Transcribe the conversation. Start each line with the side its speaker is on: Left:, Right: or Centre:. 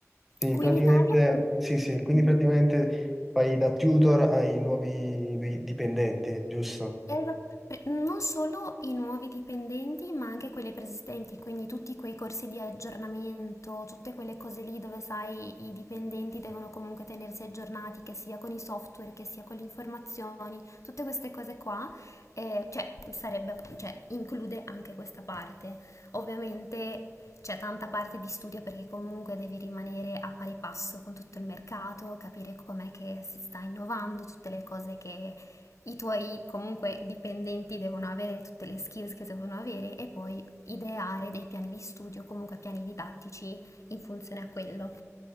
Centre: Sì,
Left: Qui
Centre: praticamente,
Left: in Italia...
Centre: sì, sì, quindi
Left: Mhm.
Centre: praticamente fai da tutor ai nuovi di- dipendenti, giusto?
Left: Esat- pre- Non solo i nuovi dipendenti, ma anche quelli preesistenti, quindi tutti quei corsi di aggiornamento, tutte quelle cose lì dove sai i dipendenti devono comunque tenersi aggiornati, che sia con i software, che sia con le informazioni, tutte queste cose qua, eh, cioè, sarebbe, cioè, include anche questa parte. Ovviamente c'è tanta parte di studio perché comunque devi rimanere a pari passo con tutto il mercato, capire com'è che si sta innovando, tutte le cose che i tuoi comunque dipendenti devono avere tutte le skills che devono avere e poi ideare dei piani di studio, comunque piani didattici in funzione a quello.